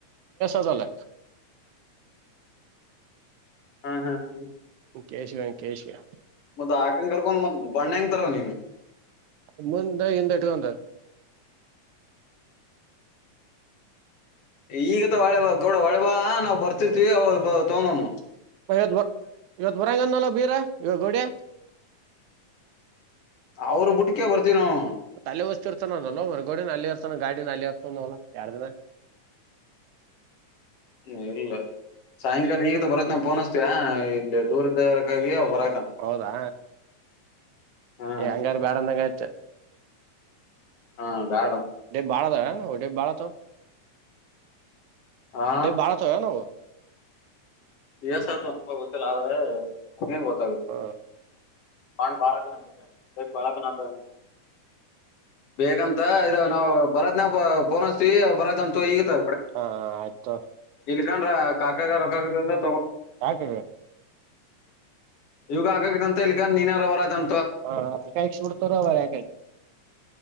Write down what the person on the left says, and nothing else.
ಹಾ ಹಾ ಹಾ
ಮತ್ತ ಆಕಂಗ ಕರ್ಕೊಂಡ್ ಮತ್ ಬಣ್ಣ ಹಂಗ ತರವ ನೀನ್
ಈಗತ ಒಳೆ ಬಾ ಗೌಡ ಒಳೆ ಬಾ ನಾವವು ಬರ್ತಿರ್ತಿೀವಿ ಅವ ತೋಂದಮ್ಮ
ಅವ್ರ ಬುಟ್ಕೆ ಬರ್ತೀವಿ ನಾವು
ಹ್ಮ ಇಲ್ಲ ಸಾಯಂಕಾಲ ಈಗ ಬರೋತ್ ನ್ ೋನ್ಸ್ತ ಇಲ್ಲಿ ದೂರದರಾಗ ಹೊರ
ಹಾ
ಹಾ ಬಾ
ಆ
ಎಏಸ ಆಯ್ತು ನಪ ಗೊತ್ತಿಲ್ಲ ಆದ್ರೆ ನಮಂಗ ಗೊತ್ತಾಗುತ್ತೆ
ಪಂಡ್ ಬಾಳಕನ ಆೈ ಬಾಳಕನ ಆತ ಬೇೇಕಂತ ಇದು ನಾವು ಬರತ್ ನಾವಫೋನ್ಸ್ತೀವಿ ಬರತ್ ಈಗತ್ತ
್ರ ಕಾಕಾಗ ರಕ್ಕ
ಇವಾಗ ಆಕಕ ಅಂತ ಇಲ್ಲಿಕ ನೀನ ಅವರದಂ